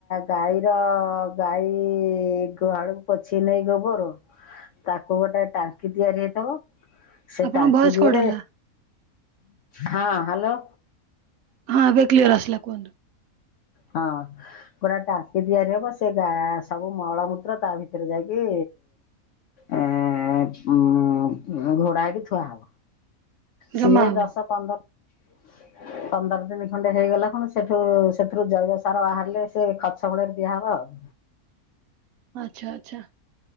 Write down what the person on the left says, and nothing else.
ଗାଈର ଗାଈ ଗହାଳକୁ ପଛି ନେଇ ଗବୁରୁ ତାକୁ ଗୋଟେ ଟାଙ୍କି ତିଆରି ହେଇଥିବ ସେ
ଟାଙ୍କି
ଦିରେ
ହଁ ହ୍ୟାଲୋ
ହଁ ପୁରା ଟାଙ୍କି ତିଆରି ହବ ସେ ଗା ସବୁ ମଳମୂତ୍ର ତା ଭିତରେ ଯାଇକି ଏ ଉ ଘୋଡ଼ା ହେକି ଥୁଆ ହବ ସିଏ
ଦଶ ପନ୍ଦର ପନ୍ଦର ଦିନ ଖଣ୍ଡେ ହେଇଗଲା ପଣ ସେଠୁ ସେ ସେଥିରୁ ଜୈବ ସାର ବାହାରିଲେ ସେ ଖଛ ମୂଳରେ ଦିଆହେବ ଆଉ